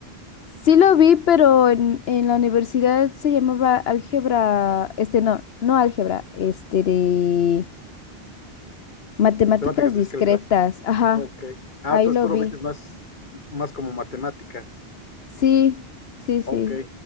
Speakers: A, on the left; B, on the left.
A: Sí lo vi, pero en, en la universidad se llamaba álgebra, este no, no álgebra, este de matemáticas
B: <laughs> Temáticas
A: discretas,
B: discretas.
A: ajá,
B: Ok. Ah,
A: ahí
B: entonces
A: lo
B: tú
A: vi.
B: lo ves más, más como matemáticas.
A: Sí, sí, sí.
B: Ok.